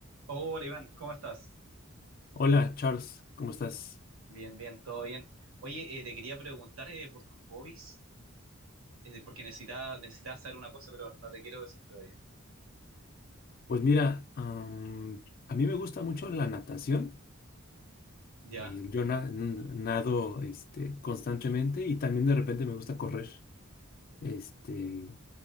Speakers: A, on the right (about 70°); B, on the left (about 45°).
A: Hola Iván, ¿cómo estás?
B: Hola, Charles, ¿cómo estás?
A: Bien, bien, todo bien. Oye, eh, te quería preguntar eh, por tus hobbies, eh, porque necesitaba necesitaba saber una cosa, pero no te quiero decir todavía.
B: Pues mira, am, a mí me gusta mucho la natación.
A: ¿Ya?
B: eh, yo na- n- nado este, constantemente y también de repente me gusta correr. Este,